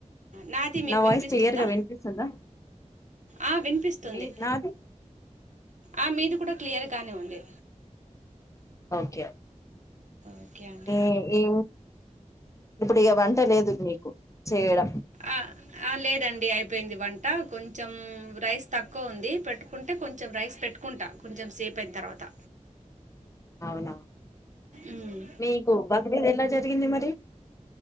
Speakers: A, on the right; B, on the left.
A: నాది మీకు
B: నా వాయిస్
A: వినిపిస్తుందా
B: క్లియర్ గా వినిపిస్తుందా
A: ఆ వినిపిస్తుంది
B: మీ నాది
A: ఆ మీది కూడా క్లియర్గానే ఉంది
B: ఓకే ఓకే
A: ఓకే అండి
B: ఊ ఊ ఇప్పుడు ఇగ వంట లేదు మీకు చేయడం
A: ఆ ఆ లేదండి అయిపోయింది వంట కొంచెం రైస్ తక్కువ ఉంది పెట్టుకుంటే కొంచెం రైస్ పెట్టుకుంటా కొంచెం సేపు అయిన తర్వాత
B: అవునా
A: ఉమ్.
B: మీకు బక్రీద్ ఎలా జరిగింది మరి